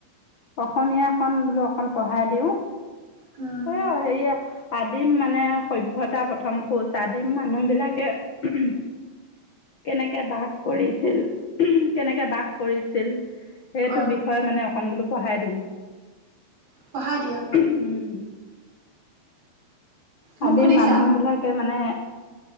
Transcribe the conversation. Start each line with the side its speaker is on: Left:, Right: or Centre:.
Left: অসমীয়াখন বোলো অকণ পঢ়াই দিওঁ।
Right: উম
Left: <unintelligible> সেয়া আদিম মানে সভ্যতা প্ৰথম খোজ, আদিম মানুহ বিলাকে কেনেকে কেনেকে বাস কৰিছিল কেনেকে বাস কৰিছিল সেইটো
Right: অ
Left: বিষয়ে মানে অকন বোলো পঢ়াই দিওঁ।
Right: পঢ়া দিয়া
Left: উম,
Right: মোক
Left: আদি
Right: শুনিছা?
Left: মানুহ বিলাকে মানে,